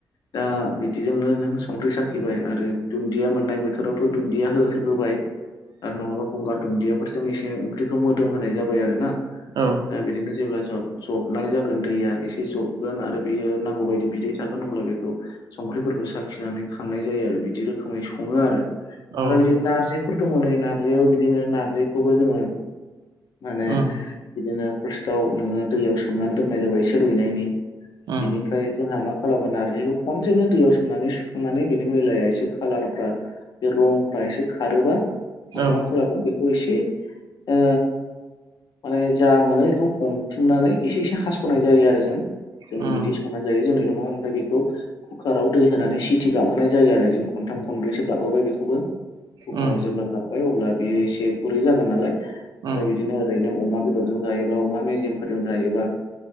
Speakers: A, on the left (about 65°); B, on the right (about 70°).
A: दा बिदिजोंनो जों संख्रि साखिबाय आरो दुन्दिया मोननाय बोथोरावथ' दुन्दिया हो-होबाय। आरो नङाबा गंगार दुन्दियाफोरजों एसे ओंख्रिखौ मोदोम होनाय जाबाय आरो ना।
B: औ
A: दा बिदिनो जेब्ला ज-जबनाय जागोन दैया एसे जबगोन आरो बियो नांगौ बायदि बिदै थागोन अब्ला बेखौ संख्रिफोरखौ साखिनानै खांनाय जायो आरो बिदि रोखोमै सङो आरो
B: औ
A: आरो बिदिनो नारजिफोर दङ नै नारजियावबो बिदिनो नारजिखौबो जोङो माने
B: उम
A: बिदिनो फार्स्टाव नोङो दैयाव सोमनानै दोननाय जाबाय एसे रुइनायनि
B: उम
A: बेनिफ्राय जोंहा मा खालामो नारजिखौ खनसेनो दैयाव सोमनानै सुखांनानै बिनि मैलाया एसे खालारफ्रा बे रंफ्रा एसे खारोबा माने
B: औ
A: मा खालामो बेखौ एसे ओ माने जा मोनो बेखौ हमथुमनानै एसे एसे हास'नाय जायो आरो जों।
B: उम
A: जों बिदि संनानै जायो जोंनि रुमाव ओमफ्राय बेखौ कुकाराव दै होनानै सिथि गाबहोनाय जायो आरो बिनो खनथाम खनब्रैसो गाबहोबाय बेखौबो। कुकाराव
B: उम
A: जेब्ला गाबबाय अब्ला बियो एसे गुरै जागोन नालाय ओमफ्राय
B: उम
A: बिदिनो ओरैनो अमा बेदरजों जायोबा अमा मेजेम फोरजों जायोबा